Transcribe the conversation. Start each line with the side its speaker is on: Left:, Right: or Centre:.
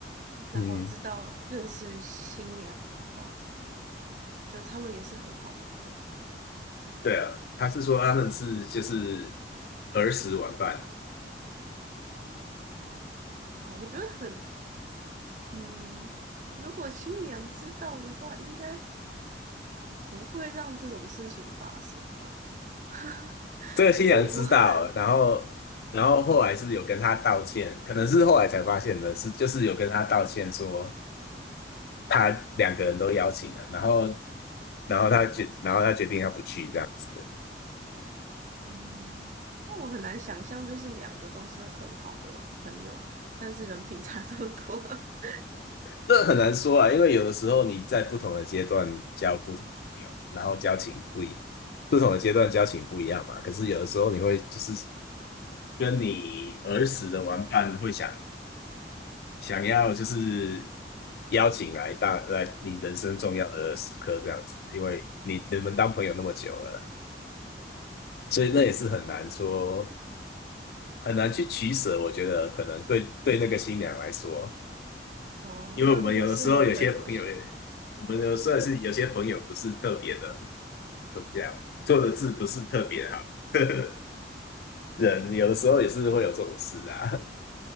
Right: 然后知道认识新娘的话，
Left: 嗯，
Right: 就他们也是很好的朋友
Left: 对啊，他是说他们是就是儿时玩伴，
Right: 啊。我觉得很嗯，如果新娘知道的话，应该不会让这种事情发生吧？<laughs>
Left: 这个新娘知道了然后然后后来是有跟他道歉，
Right: 就是我很难，嗯
Left: 可能是后来才发现的是，就是有跟他道歉说他两个人都邀请了，然后然后他决然后他决定他不去这样子，
Right: 嗯，那我很难想象，就是两个都是很好的朋友，但是人品差这么多。<laughs>
Left: 这很难说啊，因为有的时候你在不同的阶段交不同的朋友，然后交情不一，不同的阶段交情不一样嘛，可是有的时候你会就是跟你儿时的玩伴会想想要就是邀请来大来你人生重要的时刻这样子，因为你你们当朋友那么久了，所以那也是很难说很难去取舍。我觉得可能对对那个新娘来说，
Right: 哦，
Left: 因为我们有的时候有些朋友也，
Right: 那如果是你，你会怎么选？
Left: 我们有时候也是有些朋友不是特别的，
Right: 啊，
Left: 怎么样，做的事不是特别好。<laughs> 人有的时候也是会有这种事啊，